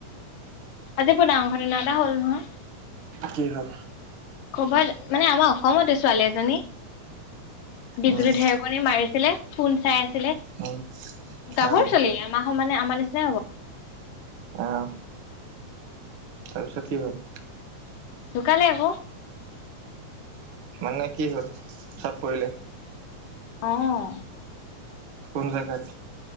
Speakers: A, on the left; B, on the right.
A: আজি পোৰ ডাঙৰ ঘটনা এটা হ'ল নহয়
B: কি হল
A: ক'বাত মানে আমাৰ অসমতো ছোৱালী এজনী বিজুলী
B: উম,
A: ঢেৰকণী মাৰিছিলে কোন চাই
B: উম,
A: গাভৰ
B: আহ,
A: চোৱালি মমাহ মানে আমাৰ নিচিনাই হ'ব
B: আহ, তাৰপিছত কি হ'ল?
A: ধুকালে আকৌ
B: মানে কি হ'ল চত পৰিলে?
A: আহ।
B: কোন জাগাত?